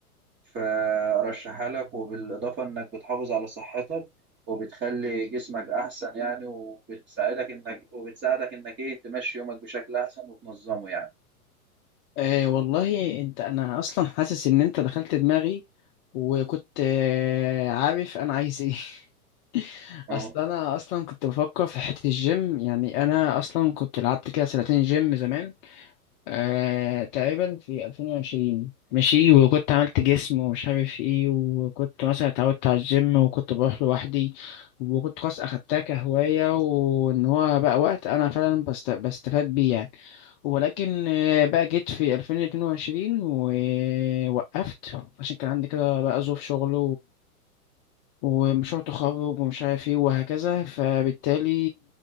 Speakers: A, on the right; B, on the left.
A: فارشحها لك وبالاضافه انك بتحافظ على صحتك وبتخلي جسمك احسن يعني وبتساعدك انك وبتساعدك انك ايه تمشي يومك بشكل احسن وتنظمه يعني
B: آه والله انت انا اصلا حاسس ان انت دخلت دماغي وكنت آه عارف انا عايز ايه <laughs>
A: اه
B: اصل انا اصلا كنت بفكر في حته الجيم يعني انا اصلا كنت لعبت كده سنتين جيم زمان آه تقريبا في 2020 ماشي وكنت عملت جسم ومش عارف ايه وكنت مثلا اتعودت على الجيم وكنت بروح لوحدي وكنت خلاص اخدتها كهوايه وان هو بقى وقت انا فعلا بست... بستفاد بيه يعني ولكن آه، بقى جيت في 2022 ووقفت عشان كان عندي كده بقى ظروف شغل ومشروع تخرج ومش عارف ايه وهكذا فبالتالي